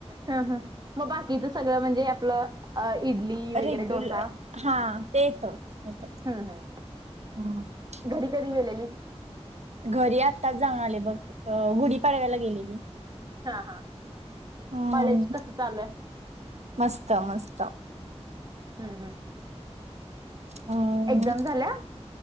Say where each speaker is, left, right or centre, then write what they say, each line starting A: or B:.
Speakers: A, on the right; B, on the right.
A: हं हं मग बाकीच सगळं म्हणजे आपलं अ, इडली वगैरे
B: रेग्युलर
A: डोसा
B: हा ते येत येतं.
A: हम्म हम्
B: <unintelligible>
A: घरी कधी गेलेलीस?
B: घरी आत्ताच जाऊन आले बघ. अं गुढी पाडव्याला गेलेली.
A: हा हा.
B: हम्म.
A: कॉलेज कस चालूय?
B: मस्त मस्त
A: हम्म हम्म.
B: हम्म.
A: एक्झाम झाल्या?